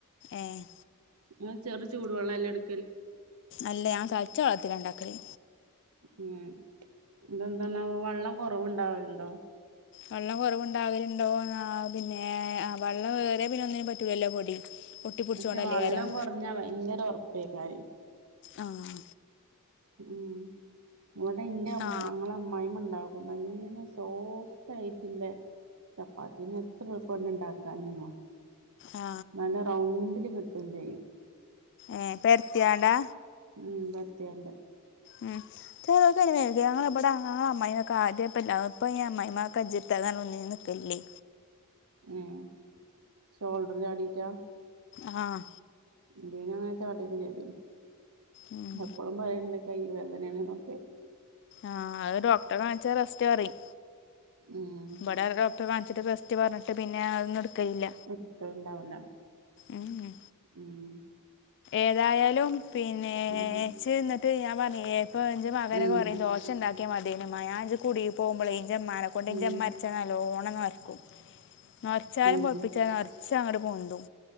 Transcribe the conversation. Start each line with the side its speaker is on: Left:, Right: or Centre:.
Left: ഏഹ്
Right: ഇങ്ങള് ചെറുചൂടുവെള്ള എല്ലെ എടു
Left: അല്ല ഞാൻ തെളച്ച വെളത്തിലാ ഉണ്ടാക്കല്
Right: ഉം ഇതെന്താണാവോ വെള്ളം കൊറവുണ്ടാവലുണ്ടോ
Left: വെള്ളം കുറവുണ്ടാകലുണ്ടോ പിന്നെ വെള്ളം വേറെ പിന്ന ഒന്നിനും പറ്റൂല്ലോ പൊടി ഒട്ടിപ്പിടിച്ചോണ്ടല്ലേ
Right: പക്ഷെ വെള്ളം
Left: കാരം
Right: കുറഞ്ഞാ ഭയങ്കര ഉറപ്പേ കാര്യം
Left: ആഹ്
Right: ഉം ഇവടെ എന്റെ <unintelligible>
Left: ആ
Right: അമ്മായിമ്മ ഉണ്ടാകും നല്ല സോഫ്റ്റ് ആയിട്ട് ല്ലെ ചപ്പാത്തിന് എത്ര എളുപ്പ ഉണ്ട് ഉണ്ടാക്കാനിന്നോ
Left: ആ
Right: നല്ല റൗണ്ടിൽ കിട്ടും ചെയ്യും
Left: ഏ പെർത്തിയാണ്ടാ
Right: ഉം പരത്തിയാണ്ട്
Left: ആഹ് ചെറുതല്ലേത് അ ഞങ്ങള ഇവിടെ ഞങ്ങളെ അമ്മായിനൊക്കെ ആദ്യപ്പഎല്ലാതും ഇപ്പൊ അയിന് അമ്മായിമാക്കെജ്ജ പ്പോ അതാണ് ഒന്നിനും നിക്കലില്ലേ
Right: ഏഹ് ഷോൾഡർ ചാടിട്ടാ
Left: ആഹ്
Right: ഇന്റേനും അങ്ങനെ ചാടൊക്കെ ചെയ്തു
Left: ഉം
Right: എപ്പഴും പറയലിണ്ട് കൈ വേദനാണ് എന്നൊക്കെ
Left: ആഹ് അത് ഡോക്ടറെ കാണിച്ചാ റെസ്റ്റ് പറയും
Right: ഉം
Left: ഇബടെ ഒര് ഡോക്ടറെ കാണിച്ചിട്ട് റസ്റ്റ് പറഞ്ഞിട്ട് പിന്നെ അതൊന്നും എടുക്കലില്ല
Right: എടുക്കല്ഉണ്ടാവൂല
Left: ഏഹ്
Right: ഉം
Left: ഏതായാലും പിന്നേ
Right: ഉം
Left: ച്ച് ന്നിട്ട് ഞാൻ പറഞ്ഞേ പ്പ ന്റെ മകനും
Right: ഉം
Left: പറയും ദോശ ഉണ്ടാക്കിയാ മതിന്ന് മ്മയാ ഇജ്ജ് കുടി പോവുമ്പോഴേ ഇഞ്ചമ്മാനെ കൊണ്ട്
Right: ഉം
Left: ഇഞ്ചമ്മരച്ച നല്ലോണം നൊരക്കും നൊരച്ചാലും
Right: ഉം
Left: പവുപ്പിച്ച നറച്ചങ്ങട്ട് പൊന്തും